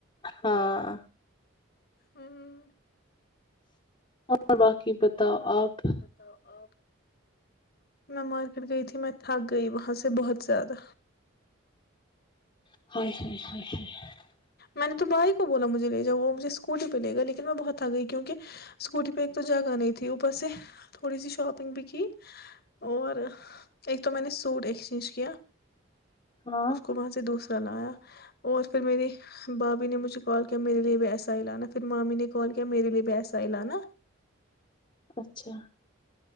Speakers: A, on the left; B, on the left.
A: ہاں
B: ہوں
A: اور باقی بتاؤ
B: اور بس
A: آپ
B: یہ توتاؤ آپ میں مارکیٹ گئی تھی میں تھک گئی وہاں سے بہت زیادہ
A: <unintelligible>
B: میں نے تو بھائی کو بولا مجھے لے جا وہ مجھے اسکوٹی پہ لے گا لیکن میں بہت تھک گئی کیونکہ اسکوٹی پہ ایک تو جگہ نہیں تھی اوپر سے تھوڑی سی شاپنگ بھی کی اور ایک تو میں نے سوٹ ایکسچینج کیا
A: ہاں
B: اس کو وہاں سے دوسرا لایا اور پھر میری بھابھی نے مجھے کال کیا میرے لیے بھی ایسا ہی لانا پھر مامی نے کال کیا میرے لیے بھی ایسا ہیلانا
A: اچھا